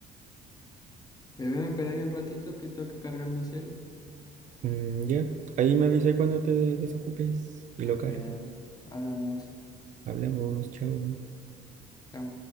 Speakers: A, on the left (about 20°); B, on the right (about 45°).
A: Bebé, me espera ahí un ratito que tengo que cargar mi celu.
B: Mm, ya, ahí me avisa cuando te desocupes y
A: Mm,
B: lo cargo.
A: Ya, hablamos.
B: Hablamos, chao.
A: Chao.